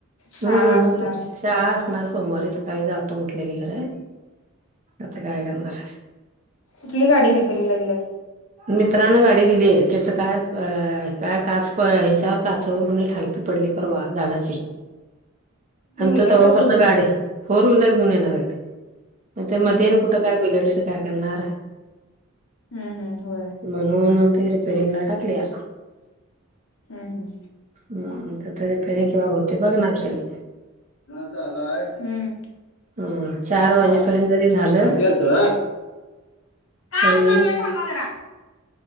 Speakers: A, on the left (about 70°); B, on the right (about 35°).
A: शाळा
B: हम्म
A: असणार.
B: शाळा असणार सोमवारी सकाळी जातो म्हटलेली खरं. आता काय करणार.
A: कुठली गाडी रिपेरीला गेल्यात?
B: मित्रांन गाडी दिली त्याचं काय अ काय काच पळ त्यावर काचवर उलट हायपी पडली परवा झाडाची.
A: टू
B: आणि
A: व्हीलर
B: त्यो तवापासंन
A: का फोर व्हीलर
B: गाडी फोर व्हीलर घेऊन येणार हायत. मग ते मध्ये
A: हम्म हम्म
B: आणि कुठं काय बिघडली तर काय करणार?
A: हम्म हम्म होय
B: म्हणून ते रिपेरिंगला टाकल्या.
A: हम्म हम्म.
B: हम्म आता ते रिपेरिंग कवा होतंय बघणार तेनी.
A: हम्म.
B: हम्म चार वाजेपर्यंत
A: हा?
B: जरी झालं
A: बंड्याचा काम
B: तरी
A: चालू
B: बी
A: आहे थांबा जरा.